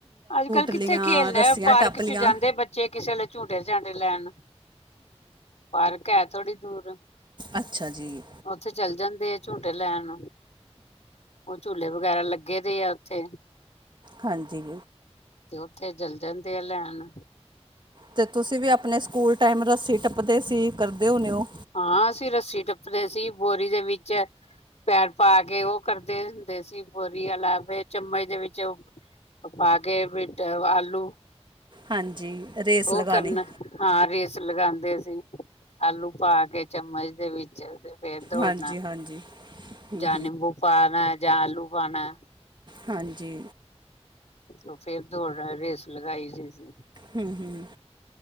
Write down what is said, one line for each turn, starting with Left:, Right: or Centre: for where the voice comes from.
Left: ਅੱਜ ਕੱਲ੍ਹ
Right: ਲੀਆਂ
Left: ਕਿੱਥੇ ਖੇਲਣਾ
Right: ਰੱਸੀਆਂ
Left: ਪਾਰਕ
Right: ਟੱਪ ਲੀਆਂ
Left: ਚ ਜਾਂਦੇ ਬਚ ਜੇ ਕਿਸੇ ਨੇ ਝੂਡੇ ਝਾਂਡੇ ਲੈਣ ਪਾਰਕ ਹੈ ਥੋੜ੍ਹੀ ਦੂਰ
Right: ਅੱਛਾ ਜੀ
Left: ਉੱਥੇ ਚੱਲ ਜਾਂਦੇ ਆ ਝੂਟੇ ਲੈਣ। ਉਹ ਝੂਲੇ ਵਗੈਰਾ ਲੱਗੇ ਦੇ ਆ ਉੱਥੇ।
Right: ਹਾਂਜੀ।
Left: ਤੇ ਓਥੇ ਚਲ ਜਾਂਦੇ ਆ ਲੈਣ।
Right: ਤੇ ਤੁਸੀਂ ਵੀ ਆਪਣੇ ਸਕੂਲ ਟਾਈਮ ਰੱਸੀ ਟੱਪਦੇ ਸੀ ਕਰਦੇ ਹੁੰਦੇ ਓ।
Left: ਹਾਂ ਅਸੀਂ ਰੱਸੀ ਟੱਪਦੇ ਸੀ ਬੋਰੀ ਦੇ ਵਿੱਚ ਪੈਰ ਪਾ ਕੇ ਓ ਕਰਦੇ ਹੁੰਦੇ ਸੀ ਬੋਰੀ ਆਲਾ ਫੇਰ ਚਮਚ ਦੇ ਵਿੱਚ ਓ ਪਾ ਕੇ ਬੀਟ ਆਲੂ
Right: ਹਾਂਜੀ। ਰੇਸ ਲਗਾਣੀ
Left: ਓਹ ਕਰਨਾ, ਹਾਂ ਰੇਸ ਲਗਾਂਦੇ ਸੀ। ਆਲੂ ਪਾ ਕੇ ਚਮਚ ਦੇ ਵਿੱਚ ਤੇ ਫੇਰ ਦੋੜਨਾ।
Right: ਹਾਂਜੀ ਹਾਂਜੀ ਹ
Left: ਜਾਂ ਨਿੰਬੂ ਪਾਣਾ ਜਾਂ ਆਲੂ ਪਾਣਾ।
Right: ਹਾਂਜੀ।
Left: ਓ ਫੇਰ ਦੌੜ ਹ ਰੇਸ ਲਗਾਈ ਦੀ ਸੀ।
Right: ਹੂੰ-ਹੂੰ